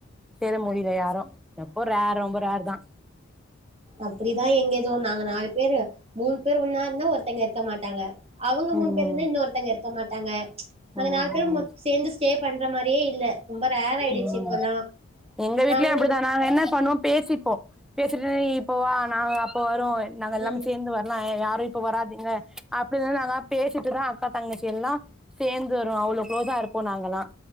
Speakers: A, in the centre; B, on the right.
A: சேர முடில யாரு எப்போ ரேரு ரொம்ப ரேர் தா
B: அப்டிதா எங்க <unintelligible> நாங்க நாலு பேரு மூன் பேர் ஒன்னா இருந்தோ ஒர்தெங்க இருக்க மாட்டாங்க அவங்க
A: ம்
B: மூணு பேரு <unintelligible> இன்னொ ஒருத்தங்க க்க மாட்டாங்க ம்ச்
A: ம்
B: நாங்க நாலு பேருமொ சேந்து ஸ்டே பண்ற மாரியே இல்ல ரொம்ப ரேர் ஆயிடுச்சு
A: ம்
B: இப்பல்லா
A: எங்க வீட்லியு
B: நாங்களு
A: அப்டிதா நாங்க என்னா பண்ணுவோ பேசிப்போ பேசிட்டு நீ இப்ப வா நாங்க அப்போ வ நாங்க எல்லாமே
B: ம்
A: சேந்து வர்லா எ யாரு இப்ப வராதிங்க அப்டினு நாங்களா பேசி ட்டு தா அக்கா தங்கச்சி எல்லா சேந்து வருவோ அவ்ளோ க்ளோஸா இருப்போ நாங்கெல்லா